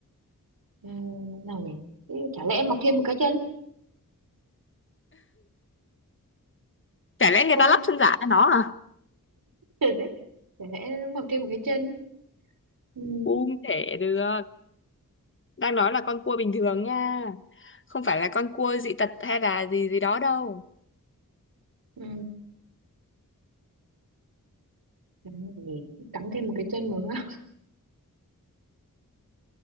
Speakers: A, on the right; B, on the left.
A: ừ, nào nhỉ? Thế Chả lẽ mọc thêm một cái chân?
B: Chả lẽ người
A: Ôi,
B: ta lắp chân giả cho nó à?
A: trời đấy. Chả lẽ nó mọc thêm một cái chân? Ừ,
B: Không thể được. Đang nói là con cua bình thường nha. Không phải là con cua dị tật hay là gì gì đó đâu.
A: ừ. Làm gì? Cắm thêm một cái chân một nữa.